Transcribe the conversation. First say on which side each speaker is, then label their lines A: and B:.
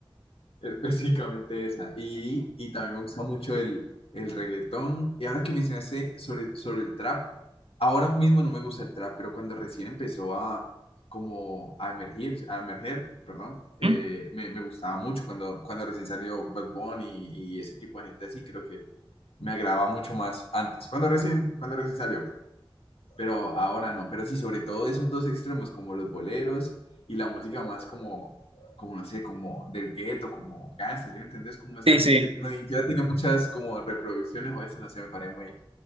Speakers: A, on the left; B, on the right.
A: es <laughs> básicamente esa. Y, y también me gusta mucho el, el reggaetón. Y ahora que mencionaste sobre, sobre el trap, ahora mismo no me gusta el trap, pero cuando recién empezó a como a emergir, a emerger, perdón, eh,
B: ¿Mm?
A: me, me gustaba mucho cuando, cuando recién salió Bad Bunny y, y ese tipo de gente así, creo que me agradaba mucho más antes. Cuando recién, cuando recién salió, pero ahora no. Pero sí, sobre todo esos dos extremos, como los boleros y la música más como, como no sé, como del gueto, como gansas, ¿sí me entendés? Como esa
B: sí,
A: gente
B: sí.
A: que no, ni siquiera tiene muchas como reproducciones o a veces, no sé, me parece muy,